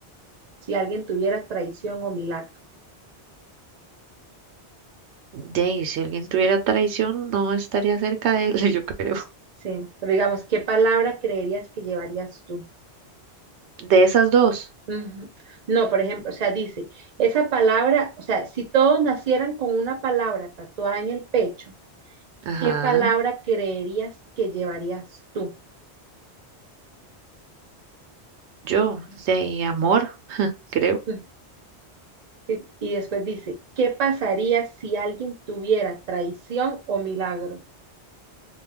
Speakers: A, on the right; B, on the right.
A: si alguien tuviera traición o milagro.
B: Dey, si alguien tuviera traición, no estaría cerca de él, <laughs> yo creo.
A: Sí. Pero digamos, ¿qué palabra creerías que llevarías tú?
B: De esas dos.
A: Ujú. No, por ejemplo, o sea, dice, esa palabra, o sea, si todos nacieran con una palabra tatuada en el pecho,
B: Ajá.
A: ¿qué palabra creerías que llevarías tú?
B: Yo, de amor, creo.
A: Ujú. Sí, Y después dice, ¿qué pasaría si alguien tuviera traición o milagro?